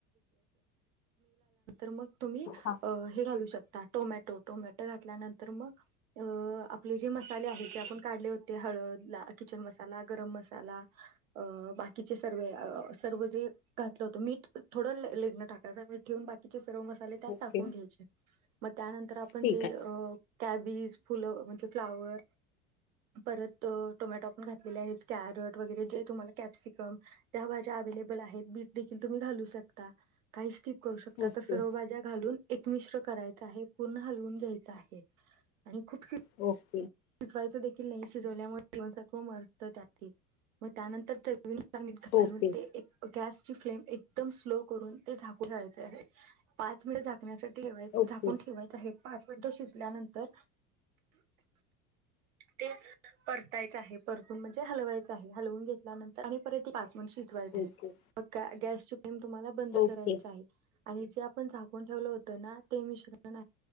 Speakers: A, on the right; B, on the left.
A: मग तुम्ही
B: हां
A: हे घालू शकता टोमॅटो, टोमॅटो घातल्यानंतर मग आपले जे मसाले आहेत ते आपण काढले होते ला हळदला किचन मसाला गरम मसाला बाकीचे सर्व जे घातलं होतं ते मीठ थोडं लेट टाकायचं मीठ ठेवून बाकी ते सर्व मसाले त्यात
B: ओके
A: टाकून घ्यायचे. मग त्यानंतर आपण
B: ठीक
A: जे... अ कॅबीज- फुलं म्हणजे फ्लावर परत टोमॅटो आपण घातलेले कॅरेट वगैरे जे तुम्हाला कॅप्सिकम त्या माझ्या अवेलेबल आहेत बीट देखील तुम्ही घालू शकता. काही स्किप करू शकता,
B: आहे ओके
A: तर सर्व भाज्या घालून - एकमिश्र करायचा आहे. पूर्ण हलवून घ्यायच आहे. आणि खूपशी
B: हो.
A: शिजवायचं देखील नाही शिजवल्यामुळे जीवनसत्व हो मरत त्या मग त्यानंतर चवीनुसार मीठ घालून
B: ओके
A: ते एक गॅस ची फ्लेम एकदम स्लो करून ते झाकून ठेवायचे आहे पाच मिनिट झा झाकण्यासाठी ठेवायचं..
B: ओके
A: झाकून ठेवायच आहे. पाच मिनटं शिजल्यानंतर ते परतायच आहे परतून म्हणजे हलवायच हलवून घेतल्यानंतर आणि परत पाच मिनिट मग शिजवायचा
B: ओके
A: आहे मग काय गॅसची तुम्हाला बंद
B: ओके
A: करायच आहे. आणि जे आपण झाकून ठेवलं होतं ना ते मिश्रण